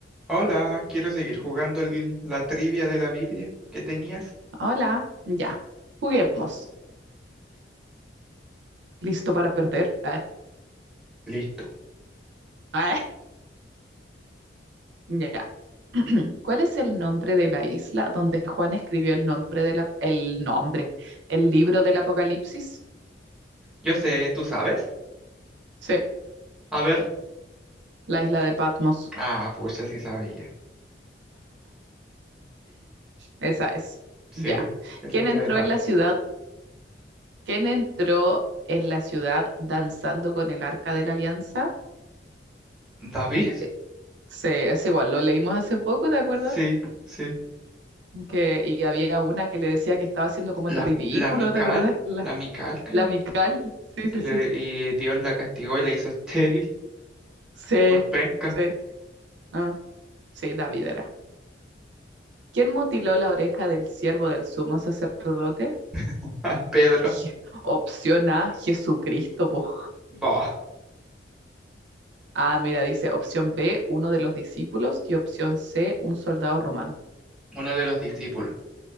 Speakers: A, in the centre; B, on the right.
A: Hola, quiero seguir jugando el- la trivia de la Biblia que tenías.
B: Hola, ya, juguemos. ¿Listo para perder? Ah,
A: Listo.
B: ah, ya. <clears throat> ¿Cuál es el nombre de la isla donde Juan escribió el nombre de la- el nombre, el libro del Apocalipsis?
A: Yo sé, ¿tú sabes?
B: Sí,
A: A ver.
B: la isla de Patmos.
A: Ah, pucha, sí sabía.
B: Esa es.
A: Sí,
B: Ya.
A: es
B: ¿Quién
A: la Isla
B: entró
A: de Pato.
B: en la ciudad? ¿Quién entró en la ciudad danzando con el Arca de la Alianza?
A: ¿David?
B: Eh, Sí, es igual, lo leímos hace poco, ¿te acuerdas?
A: Sí, sí.
B: Que, y había una que le decía que estaba haciendo como
A: La,
B: el ridículo,
A: la Mical,
B: ¿te acuerdas? La
A: la Mical creo,
B: Mical, sí, sí,
A: que
B: sí,
A: le,
B: sí,
A: y Dios la castigó y le hizo estéril
B: sí,
A: por penca
B: sí, ah, sí, David era. ¿Quién mutiló la oreja del siervo del sumo sacerdote?
A: <laughs> a Pedro.
B: Je- opción A, Jesucristo, po.
A: Bah,
B: Ah, mira, dice opción B, uno de los discípulos, y opción C, un soldado romano.
A: uno de los discípulos.